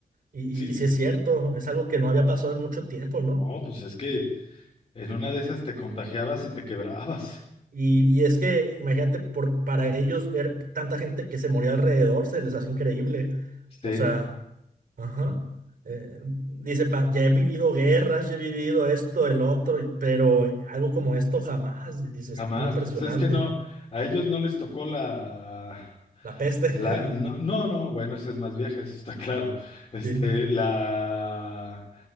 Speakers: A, on the right; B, on the left.
A: Y,
B: sí.
A: y sí es cierto, es algo que no había pasado en mucho tiempo, ¿no?
B: Oh, pues es que en una de esas te contagiabas y te quebrabas.
A: Y, y es que, imagínate, por, para ellos ver tanta gente que se moría alrededor se les hace increíble.
B: Sí,
A: O sea, ajá. Eh, dice, "Pa- ya he vivido guerras, ya he vivido esto, el otro, y- pero algo como esto jamás. Dice, es
B: jamás.
A: muy impresionante.
B: Pues es que no, a ellos no les tocó la,
A: La peste.
B: la, no,
A: <laughs>
B: no, no, bueno, ese es más vieja, eso está claro. Este,
A: Sí,
B: la,